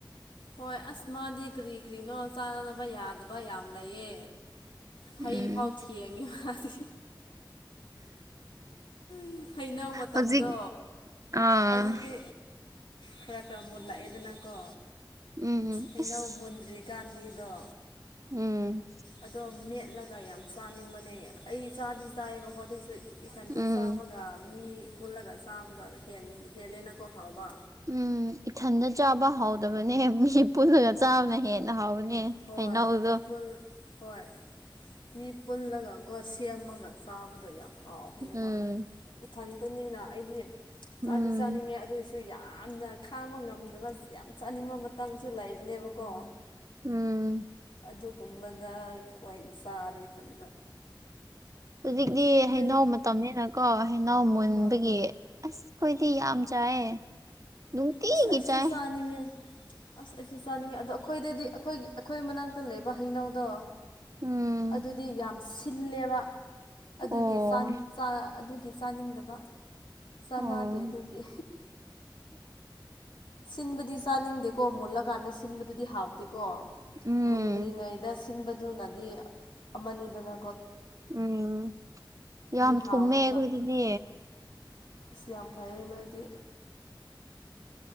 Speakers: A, on the left; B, on the right.
A: ꯍꯣꯏ ꯑꯁ ꯃꯥꯗꯤ ꯀꯔꯤ ꯀꯔꯤꯅꯣ ꯆꯥꯅꯕ ꯌꯥꯗꯕ ꯌꯥꯝ ꯂꯩꯌꯦ ꯍꯩ
B: ꯎꯝ
A: ꯐꯥꯎ ꯊꯈꯤ ꯌꯦꯡꯉꯦꯗꯤ ꯎ ꯍꯩꯅꯧ ꯃꯇꯝꯗꯣ
B: ꯍꯧꯖꯤꯛ ꯑꯥ
A: ꯍꯧꯖꯤꯛꯇꯤ ꯈꯔ ꯈꯔ ꯃꯨꯜꯂꯛꯑꯦꯗꯅꯀꯣ
B: ꯎꯝ
A: ꯍꯩꯅꯧ
B: ꯑꯁ
A: ꯃꯨꯟꯗ꯭ꯔꯤꯀꯥꯟꯗꯒꯤ ꯣ
B: ꯎꯝ
A: ꯑꯣ ꯃ ꯆꯠꯂꯒ ꯌꯥꯝ ꯆꯥꯅꯤꯡꯕꯅꯦ ꯑꯩ ꯆꯥꯗꯤ ꯆꯥꯏꯌꯦꯕꯀꯣ ꯑꯗꯨꯑꯣꯏꯁꯨ ꯏꯊꯟꯇ
B: ꯎꯝ
A: ꯆꯥꯕꯒ ꯃꯤ ꯄꯨꯜꯂꯒ ꯆꯥꯕꯒ ꯍꯦꯜꯂꯦꯅꯀꯣ ꯍꯥꯎꯕ
B: ꯎꯝ ꯏꯊꯟꯗ ꯆꯥꯕ ꯍꯥꯎꯗꯕꯅꯦ ꯃꯤ ꯄꯨꯜꯂꯒ ꯆꯥꯕꯅ ꯍꯦꯟꯅ ꯍꯥꯎꯕꯅꯤ ꯑꯦ
A: ꯍꯣꯏ
B: ꯀꯅ ꯍꯗꯣ
A: ꯃꯤ ꯄꯨꯜ ꯍꯣꯏ ꯃꯤ ꯄꯨꯜꯂꯒꯀꯣ ꯁꯦꯝꯃꯒ ꯆꯥꯕꯗꯣ ꯌꯥꯝ ꯍꯥꯎꯕꯅꯦꯕ
B: ꯎꯝ
A: ꯏꯊꯟꯇꯅꯤꯅ ꯑꯩꯗꯤ
B: ꯎꯝ
A: ꯆꯥꯗꯤ ꯆꯥꯅꯤꯡꯉꯦ ꯑꯗꯨꯏꯁꯨ ꯁꯨ ꯌꯥꯝꯅ ꯈꯥꯡꯕ ꯉꯝꯗꯕ ꯌꯥꯝ ꯆꯥꯅꯤꯡꯕ ꯃꯇꯥꯡꯁꯨ ꯂꯩꯕꯅꯦꯕꯀꯣ
B: ꯎꯝ
A: ꯑꯗꯨꯒꯨꯝꯕꯗ ꯑꯣꯏꯅ ꯆꯥꯔꯦ ꯏꯊꯟꯇ
B: ꯍꯧꯖꯤꯛꯇꯤ
A: ꯑꯩꯈꯣꯏ
B: ꯍꯅꯥꯎ ꯃꯇꯝꯅꯤꯅꯀꯣ ꯍꯅꯥꯎ ꯃꯨꯟꯕꯒꯤ
A: ꯍꯣꯏ
B: ꯑꯁ ꯑꯩꯈꯣꯏꯗꯤ ꯌꯥꯝ ꯆꯥꯏꯌꯦ ꯅꯨꯡꯇꯤꯒꯤ
A: ꯑꯁ ꯑꯩꯁꯨ
B: ꯆꯥꯏ
A: ꯆꯥꯅꯤꯡꯉꯦ ꯑꯁ ꯑꯩꯁꯨ ꯆꯥꯅꯤꯡꯉꯤ ꯑꯗꯣ ꯑꯩꯈꯣꯏꯗꯗꯤ ꯑꯩꯈꯣꯏꯒꯤ ꯑꯩꯈꯣꯏ ꯃꯅꯥꯛꯇ ꯂꯩꯕ ꯍꯩꯅꯧꯗꯣ
B: ꯎꯝ
A: ꯑꯗꯨꯗꯤ ꯌꯥꯝ ꯁꯤꯜꯂꯦꯕ ꯑꯗꯨꯒꯤ
B: ꯑꯣ
A: ꯑꯗꯨꯒꯤ ꯆꯥꯅꯤꯡꯗꯕ ꯆꯥꯟꯅꯗꯦ
B: ꯑꯣ
A: ꯑꯗꯨꯒꯤ ꯁꯤꯟꯕꯗꯤ ꯆꯥꯅꯤꯡꯗꯦꯀꯣ ꯃꯨꯜꯂꯀꯥꯟꯗ ꯁꯤꯟꯕꯗꯨꯗꯤ ꯍꯥꯎꯏ ꯀꯣ
B: ꯎꯝ
A: ꯃꯨꯟꯗ꯭ꯔꯤꯉꯩꯗ ꯁꯤꯟꯕꯗꯨꯅꯗꯤ ꯑꯃꯅꯤꯗꯅꯣ
B: ꯎꯝ ꯌꯥꯝ
A: ꯍꯥꯎꯋꯦꯕ
B: ꯊꯨꯝꯃꯦ ꯑꯩꯈꯣꯏ ꯑꯗꯨꯗꯤ
A: ꯑꯁ ꯌꯥꯝ ꯐꯩꯌꯦ ꯅꯣꯏꯗꯤ